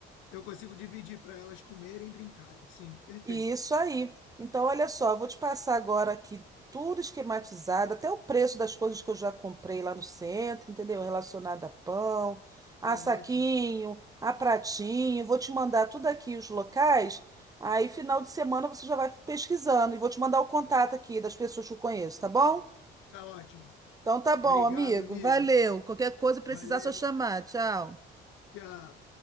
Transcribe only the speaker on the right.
Isso aí. Então, olha só, eu vou te passar agora aqui tudo esquematizado, até o preço das coisas que eu já comprei lá no centro, entendeu? Relacionado a pão, a
saquinho,
a pratinho. Vou te mandar tudo aqui os locais. Aí, final de semana, você já vai pesquisando. E vou te mandar o contato aqui das pessoas que eu conheço, tá bom?
Então, tá bom,
amigo.
Valeu. Qualquer coisa, precisar,
é só chamar. Tchau.